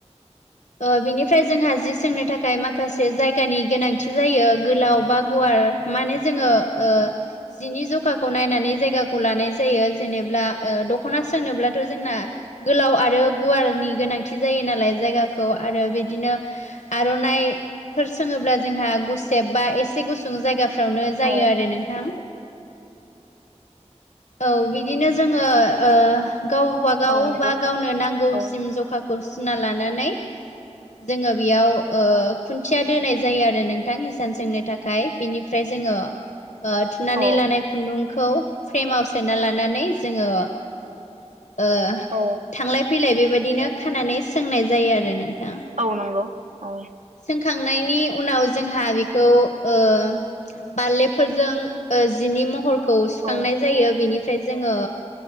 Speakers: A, on the left; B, on the right.
A: ओ बिनिफ्राय जोंहा जि सोंनो थाखाय माखासे जायगानि गोनांथि जायो गोलाव बा गुवार माने जोङो ओ जिनि जखाखौ नायनानै जायगाखौ लानाय जायो जेनेब्ला ओ दख'ना सोंनोब्लाथ' जोंना गोलाव आरो गुवारनि गोनांथि जायो नालाय जायगाखौ आरो बिदिनो आर'नाइफोर सोङोब्ला जोंहा गुसेब बा एसे गुसुं जायगा फ्रावनो जायो
B: औ
A: आरो नोंथां औ बिदिनो जोङो ओ गावबा गावबा
B: औ नंगौ
A: गावनो नांगौसिम
B: औ
A: जखाखौ सुना लानानै जोङो बेयाव ओ खुन्थिया दोनाय जायो आरो नोंथां हिसान सोंनो थाख खाय बिनिफ्राय जोङो ओ थुनानै
B: औ
A: लानाय खुन्दुं खौ फ्रेमाव सोना लानानै जोङो ओ
B: औ
A: थांलाय फैलाय बेबायदिनो खानानै सोंनाय जायो आरो नोंथां
B: औ नंगौ औ
A: सोंखांनायनि उनाव जोंहा बेखौ ओ बारलेफोरजों ओ जिनि महरखौ सुखांनाय
B: औ
A: जायो बिनिफ्राय जोङो